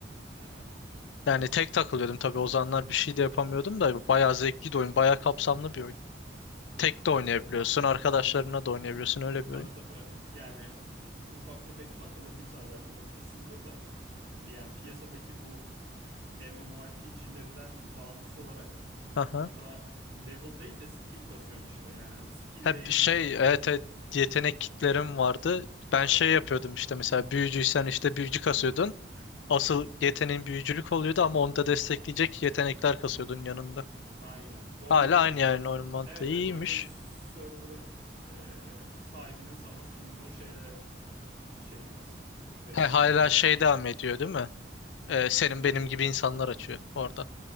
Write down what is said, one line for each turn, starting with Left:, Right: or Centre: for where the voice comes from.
Right: Aha.
Left: Yani tek takılıyordum tabii o zamanlar bir şey de yapamıyordum da bayağı zevkli de oyun, bayağı kapsamlı bir oyun. Tek de oynayabiliyorsun,
Right: Çok kapsamlı.
Left: arkadaşlarına da oynayabiliyorsun öyle bir
Right: Tabii
Left: oyun.
Right: tabii. Yani ufak tefek hatırlatayım sana belki unutmuşsundur da yani piyasadaki bu MMORPG'lerden bağımsız olarak
Left: Aha.
Right: bunda level değil de skill kasıyorsun işte. Yani hani skill
Left: Hep
Right: based
Left: şey
Right: bir MMORPG.
Left: evet, evet, yetenek kitlerim vardı. Ben
Right: Aynen.
Left: şey yapıyordum işte mesela büyücüysen işte büyücü kasıyordun. Asıl yeteneğin büyücülük oluyordu ama onu da destekleyecek yetenekler kasıyordun yanında.
Right: Aynen. Oynadığın
Left: Hala aynı yani onun mantığı
Right: evet
Left: iyiymiş.
Right: evet oynadığın server'ın e, sahibinin sana sunduğu şeyle şey biraz destekleyen
Left: He, hala
Right: hani
Left: şey devam ediyor değil mi? Ee, senin benim gibi insanlar açıyor orada.